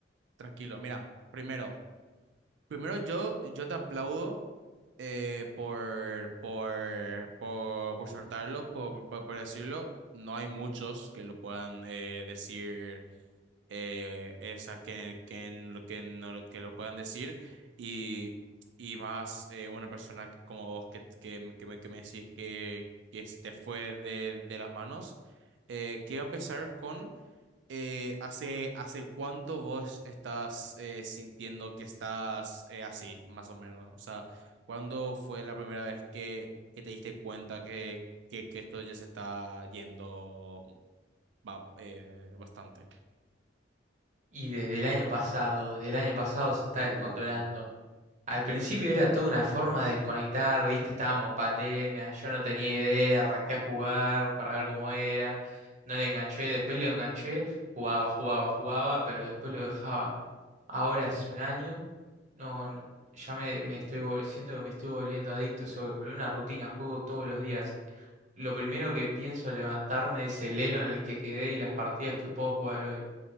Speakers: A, on the right (about 75°); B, on the right (about 40°).
A: tranquilo. Mira, primero. Primero yo, yo te aplaudo eh, por, por, por, por soltarlo, por, por, por decirlo. No hay muchos que lo puedan eh, decir, eh, esa que, que, en lo que, no, lo que lo puedan decir. Y, y más eh, una persona como vos que, que, que me, que me decís que, que se te fue de, de las manos. Eh, quiero empezar con eh, ¿hace, hace cuánto vos estás eh, sintiendo que estás eh, así, más o menos? O sea, ¿cuándo fue la primera vez que, que te diste cuenta que, que, que esto ya se está yendo ba- eh, bastante?
B: Y desde el año pasado, desde el año pasado se está
A: Uh,
B: descontrolando. Al principio era toda una forma de desconectar, viste, estábamos en pandemia, yo no tenía idea, arranqué a jugar para ver cómo era, no le enganché, después le enganché, jugaba, jugaba, jugaba, pero después lo dejaba. Ahora hace un año, no, no, ya me, me estoy, vol- siento que me estoy volviendo adicto, se volvió una rutina, juego todos los días. Lo primero que pienso levantarme es el elo en el que quedé y las partidas que puedo jugar hoy.